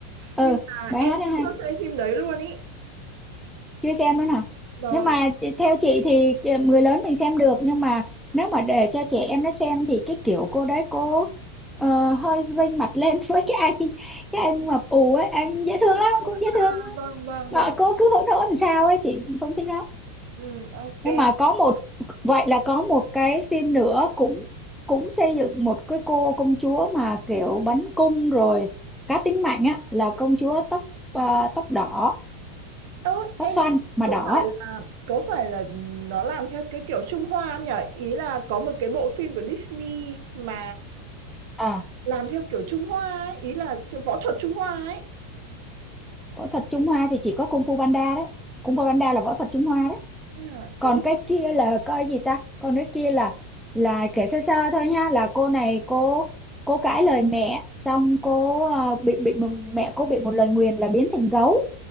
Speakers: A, in the centre; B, on the right.
A: ờ
B: Nhưng mà
A: bài
B: em
A: hát đó hay
B: chưa xem phim đấy luôn ý.
A: chưa xem nữa hả
B: Vâng,
A: nhưng mà theo chị thì người lớn mình xem được nhưng mà nếu mà để cho trẻ em nó xem thì cái kiểu cô đấy cô ờ, hơi vênh mặt lên <laughs> với cái anh cái anh mập ù ấy anh dễ thương lắm
B: à,
A: cũng dễ
B: à,
A: thương
B: vâng, vâng,
A: mà
B: vâng.
A: cô cứ hỗn hỗn làm sao ấy chị không thích lắm
B: Ừ, ok.
A: nhưng mà có một vậy là có một cái phim nữa cũng cũng xây dựng một cái cô công chúa mà kiểu bắn cung rồi cá tính mạnh á là công chúa tóc ờ, tóc đỏ
B: Ơ,
A: tóc
B: em
A: xoăn mà
B: có
A: đỏ
B: phải
A: á.
B: là có phải là nó làm theo cái kiểu Trung Hoa không nhỉ? Ý là có một cái bộ phim của Disney mà
A: À,
B: làm theo kiểu Trung Hoa ấy, ý là võ thuật Trung Hoa ấy.
A: võ thuật Trung Hoa thì chỉ có Kung Fu Panda đấy Kung Fu Panda là võ thuật Trung Hoa đấy
B: Thế là Có
A: còn
B: một
A: cái kia là coi gì ta còn cái kia là là kể sơ sơ thôi nha là cô này cô cô cãi lời mẹ xong cô à, bị bị mẹ cô bị một lời nguyền là biến thành gấu